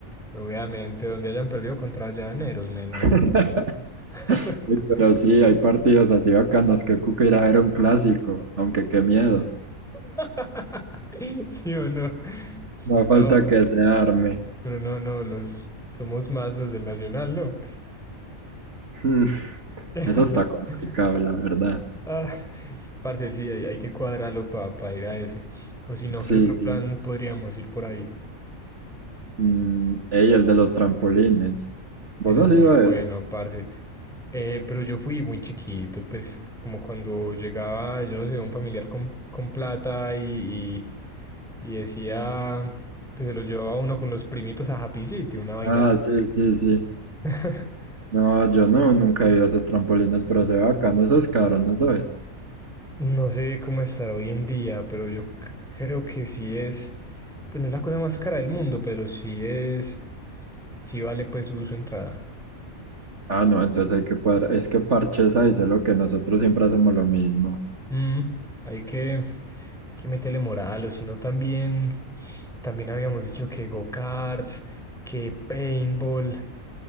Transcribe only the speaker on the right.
<laughs>
Sí, Pero sí, hay partidos así bacanos que Cuca irá a ver un clásico, aunque qué miedo.
No falta
que se arme.
<laughs> Mm,
Eso está complicado, la verdad.
Sí,
sí.
Mm, ey, el de los trampolines. ¿Vos
has
ido
a eso?
Ah,
sí, sí, sí.
No, yo no, nunca he ido a esos trampolines, pero se ve bacano, eso es caro, ¿no sabes?
Ah, no, entonces hay que cuadrar. Es que parches ahí, solo que nosotros siempre hacemos lo mismo.